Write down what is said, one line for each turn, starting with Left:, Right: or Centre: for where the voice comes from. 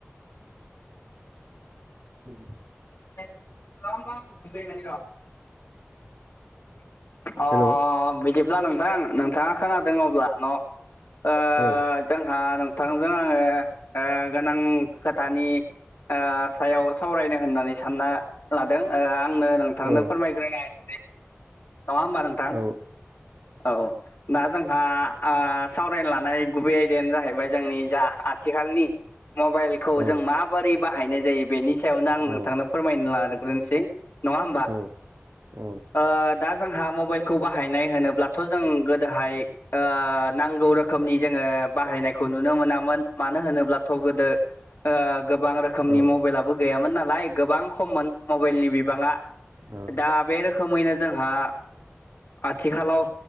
Right: उम
Left: <unintelligible> अ
Right: हेलौ
Left: बिदिब्ला नोंथां नोंथाङा खोनादों अब्ला न'। ओ
Right: औ
Left: जोंहा नोंथांजों आङो ओ गोनां खोथानि ओ सायाव सावरायनो होननानै सानना लादों ओ आंनो नोंथांनो
Right: औ
Left: फोरमायग्रोना होनोसै नङा होमबा नोंथां
Right: औ
Left: औ। दा जोंहा ओ सावरायनो लानाय गुबै आयदायानो जाहैबाय जोंनि जा आथिखालनि मबाइल खौ
Right: औ
Left: जों माबोरै बाहायनाय जायो बेनि सायावनो आं
Right: औ
Left: नोंथांनो फोरमायनो लाग्रोनोसै नङा होमबा।
Right: औ औ
Left: ओ दा जोंहा मबाइलखौ बाहायनाय होनोब्लाथ' जों गोदोहाय ओ नांगौ रोखोमनि जोङो बाहायनायखौ नुनो मोनामोन मानो होनोब्लाथ' गोदो ओ गोबां रोख रोखोमनि
Right: औ
Left: मबाइलाबो गैयामोन नालाय गोबां खममोन मबाइलनि बिबाङा
Right: औ
Left: दा बे रो रोखोमैनो जोंहा आथिखालाव